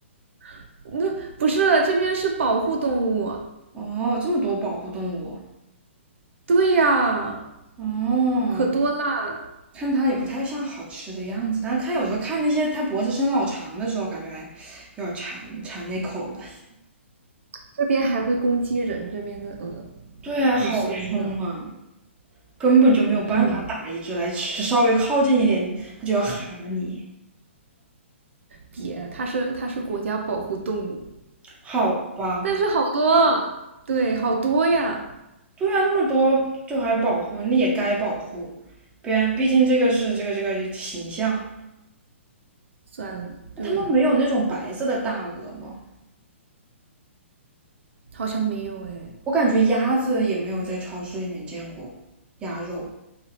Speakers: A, on the right; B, on the right.
A: <laughs> 那不是这边是保护动物，
B: 哦，这么多保护动物。
A: 对呀，
B: 哦，
A: 可多啦，
B: 看它也不太像好吃的样子，但是看有时候看那些它脖子伸老长的时候，感觉还有点馋馋那口了。
A: 这边还会攻击人，这边的鹅
B: 对啊，
A: 很凶的，
B: 好凶啊，根本就没有办法打一只来吃，
A: 嗯，
B: 稍微靠近一点它就要哈你。
A: 别，它是它是国家保护动物，
B: 好吧，
A: 但是好多啊，对，好多呀，
B: 对啊，那么多就还保护，那也该保护，不然毕竟这个是这个这个形象。
A: 算了，对，
B: 他们没有那种白色的大鹅吗？
A: 好像没有哎。
B: 我感觉鸭子也没有在超市里面见过鸭肉。